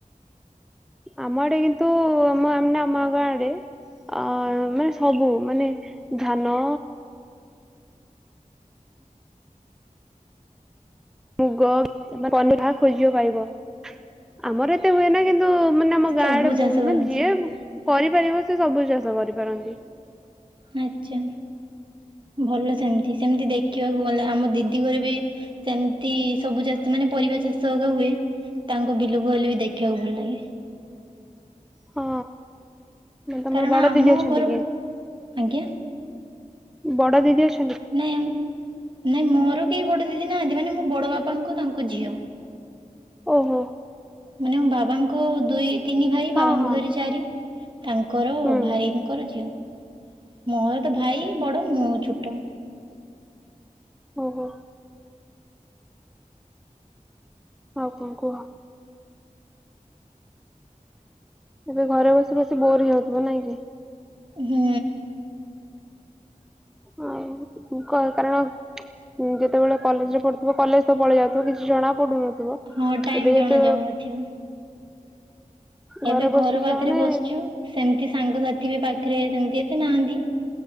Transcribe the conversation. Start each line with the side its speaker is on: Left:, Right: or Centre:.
Centre: ଆମ ଆଡ଼େ କିନ୍ତୁ ଆମ ଆମେ ନା ଆମ ଆଗ ଆଡ଼େ। ଆଁ ମାନେ ସବୁ ମାନେ ଧାନ। ମୁଗ ପନିଭା ଯାହା ଖୋଜିବ ପାଇବା ଆମର ଏତେ ହୁଏନା କିନ୍ତୁ ମାନେ ଆମ
Right: ସବୁ
Centre: ଗାଁ ଆଡେ
Right: ଚାଷ
Centre: ବହୁ
Right: କରନ୍ତି
Centre: ମାନେ ଯିଏ କରି ପାରିବ ସେ ସବୁ ଚାଷ କରି ପାରନ୍ତି।
Right: ଆଛା ଭଲ ସେମିତି ସେମିତି ଦେଖିବାକୁ ଗଲେ ଆମ ଦିଦି ଘରେ ବି ସେମିତି ସବୁ ଚାଷ ମାନେ ପରିବା ଚାଷ ଆକା ହୁଏ। ତାଙ୍କୁ ବିଲ କୁ ଗଲେ ବି ଦେଖିବାକୁ ଭଲ ଲାଗେ।
Centre: ହଁ ତମର
Right: କାରଣ
Centre: ବଡ
Right: ଆମ
Centre: ଦିଦି ଅଛନ୍ତି
Right: ଘର
Centre: କି?
Right: ଆଜ୍ଞା।
Centre: ବଡ ଦିଦି ଅଛ
Right: ନାଇଁ ନାଇଁ ମୋର କେହି ବଡ ଦିଦି ନାହାନ୍ତି ମାନେ ମୋ ବଡ ବାପାଙ୍କ ତାଙ୍କ ଝିଅ।
Centre: ଓହୋ।
Right: ମାନେ ମୋ ବାବାଙ୍କ ଦୁଇ ତିନି ଭାଇ
Centre: ହଁ
Right: ବାବାଙ୍କୁ
Centre: ହଁ
Right: ଧରି ଚାରି। ତାଙ୍କର
Centre: ହୁଁ
Right: ଭାଇଙ୍କର ଝିଅ। ମୋର ତ
Centre: ଆଚ୍ଛା
Right: ଭାଇ ବଡ ମୁଁ ଛୋଟ।
Centre: ଓହୋ। ଆଉ କଁ କୁହ? ଏବେ ଘରେ ବସି ବସି ବୋର ହେଇଯାଉଥିବ ନାଇଁ କି?
Right: ହୁଁ।
Centre: ଆଉ କ କାରଣ ହୁଁ ଯେତେବେଳେ କଲେଜରେ ପଢୁଥିବ କଲେଜ ତ ପଳେଇ ଯାଉଥିବ କିଛି ଜଣା ପଡୁନଥିବ।
Right: ହଁ ଟାଇମ୍
Centre: ଏବେ ଯେତେ
Right: ଜଣା ଯାଉନଥିବ। ଏବେ
Centre: ଘରେ
Right: ଘର
Centre: ବସୁଛ
Right: ପାଖରେ
Centre: ମାନେ
Right: ବସିଚୁ ସେମତି ସାଙ୍ଗସାଥି ବି ପାଖରେ ସେମିତି ଏତେ ନାହାନ୍ତି।